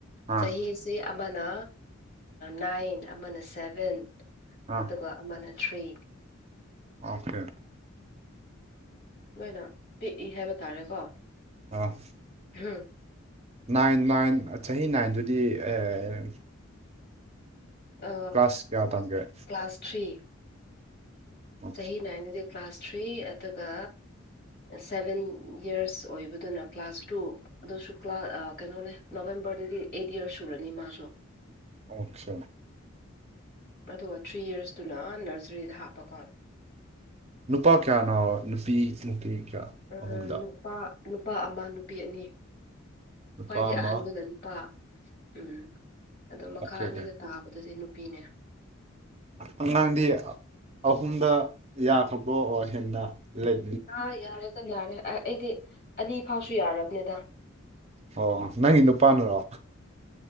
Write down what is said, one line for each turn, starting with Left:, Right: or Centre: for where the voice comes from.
Right: ꯑꯥ
Left: ꯆꯍꯤꯁꯤ ꯑꯃꯅ ꯅꯥꯏꯟ ꯑꯃꯅ ꯁꯚꯦꯟ
Right: ꯑꯥ
Left: ꯑꯗꯨꯒ ꯑꯃꯅ ꯊ꯭ꯔꯤ
Right: ꯑꯣꯈꯦ
Left: ꯅꯣꯏꯅ ꯄꯤꯛꯏ ꯍꯥꯏꯕ ꯇꯥꯔꯦꯀꯣ
Right: ꯑꯥ
Left: ꯎꯝ
Right: ꯅꯥꯏꯟ ꯅꯥꯏꯟ ꯆꯍꯤ ꯅꯥꯏꯟꯗꯨꯗꯤ ꯑꯦ
Left: ꯑ,
Right: ꯀ꯭ꯂꯥꯁ ꯀꯌꯥ ꯇꯝꯒꯦ
Left: ꯀ꯭ꯂꯥꯁ ꯊ꯭ꯔꯤ
Right: <inaudible>
Left: ꯆꯍꯤ ꯅꯥꯏꯟꯗꯨꯗꯤ ꯀ꯭ꯂꯥꯁ ꯊ꯭ꯔꯤ ꯑꯗꯨꯒ ꯁꯚꯦꯟ ꯏꯌꯔꯁ ꯑꯣꯏꯕꯗꯨꯅ ꯀ꯭ꯂꯥꯁ ꯇꯨ ꯑꯗꯨꯁꯨ ꯀ꯭ꯂꯥꯁ ꯀꯩꯅꯣꯅꯦ ꯅꯕꯦꯝꯕꯔꯗꯗꯤ ꯑꯩꯠ ꯏꯌꯔꯁ ꯁꯨꯔꯅꯤ ꯃꯥꯁꯨ
Right: ꯑꯣꯈꯦ
Left: ꯑꯗꯣ ꯊ꯭ꯔꯤ ꯏꯌꯔꯁꯇꯨꯅ ꯑꯥ ꯅꯔꯖꯔꯤꯗ ꯍꯥꯞꯄꯀꯣ
Right: ꯅꯨꯄꯥ ꯀꯌꯥꯅꯣ ꯅꯨꯄꯤ ꯅꯨꯄꯤ ꯀꯌꯥ
Left: ꯎꯝ,
Right: ꯑꯍꯨꯝꯗ
Left: ꯅꯨꯄꯥ ꯅꯨꯄꯥ ꯑꯃ ꯅꯨꯄꯤ ꯑꯅꯤ
Right: ꯅꯨꯄꯥ
Left: ꯈ꯭ꯋꯥꯏꯗꯒꯤ
Right: ꯑꯃ
Left: ꯑꯍꯟꯗꯨꯅ ꯅꯨꯄꯥ ꯎꯝ ꯑꯗꯣ ꯃꯈꯥ
Right: ꯑꯣꯀꯦ
Left: ꯑꯅꯤꯗꯣ
Right: ꯑꯣꯀꯦ
Left: ꯇꯥꯕꯗꯨꯗꯤ ꯅꯨꯄꯤꯅꯦ
Right: ꯑꯉꯥꯡꯗꯤ ꯑꯍꯨꯝꯗ ꯌꯥꯈ꯭ꯔꯕꯣ ꯑꯣꯔ ꯍꯦꯟꯅ ꯂꯩ
Left: ꯑꯥ ꯌꯥꯔꯦꯗ ꯌꯥꯔꯦ ꯑꯩꯗꯤ ꯑꯅꯤ ꯐꯥꯎꯁꯨ ꯌꯥꯔꯕꯅꯤꯗ
Right: ꯑꯣ ꯅꯪꯒꯤ ꯅꯨꯄꯥꯥꯅꯔꯣ